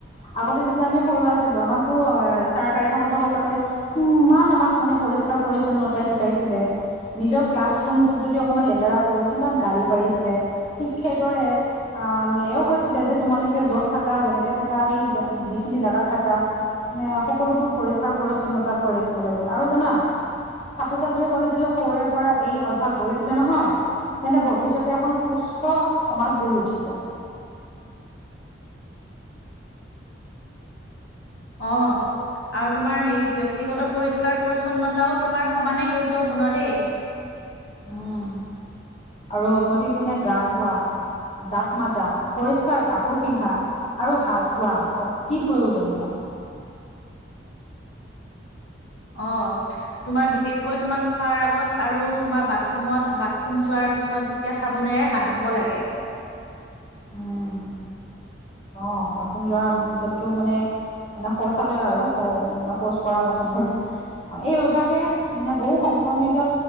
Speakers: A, on the left (about 35°); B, on the left (about 85°).
A: আগতে যেতিয়া আমি সৰু আছিলো আমাকতো অ ছাৰ বাইদেউহঁত সকলে কি ইমান আমাক মানে পৰিষ্কাৰ পৰিচ্ছন্নতা শিকাইছিলে নিজৰ ক্লাছ ৰুমতটোত যদি অকণমান লেতেৰা কৰো কিমান গালি পাৰিছিলে ঠিক সেইদৰে এও কৈছিলে যে তোমালোকে য'ত থ যেনেকে থাক সেই যিখিনি জোগাত থাককা সকলোবোৰ পৰিষ্কাৰ পৰিছন্নতা কৰি ৰাখিব লাগে আৰু জানা ছাত্ৰ ছাত্ৰী সকলে যদি সৰুৰে পৰা এই অভ্্যাস গঢ়ি তোলে নহয় তেন্তে ভৱিষ্যতে এখন সুস্থ স্ত সমাজ গঢ়ি উঠিব
B: অ আৰু তোমাৰ হেই ব্যক্তিগত পৰিষ্কাৰ পৰিচ্ছন্নতাও তোমাৰ সমানে গুৰুত্বপূৰ্ণ দেই
A: উম আৰু প্ৰতিদিনে গা ধোৱা দাঁত মাজা পৰিষ্কাৰ কাপোৰ পিন্ধা আৰু হাত ধোৱা অতি প্ৰয়োজনীয়
B: অ তোমাৰ বিশেষকৈ তোমাৰ খোৱাৰ আগত আৰু তোমাৰ বাথৰুমত বাথৰুম যোৱাৰ পিছত যেতিয়া চাবোনে হাত ধুব লাগে
A: উম অ বাথৰুম যোৱাৰ পিছতটো মানে মানে শৌচালয় আৰু হ'ষ্ট কৰাৰ পাছতো এই অভ্যাসে মানে বহু সংক্ৰমিত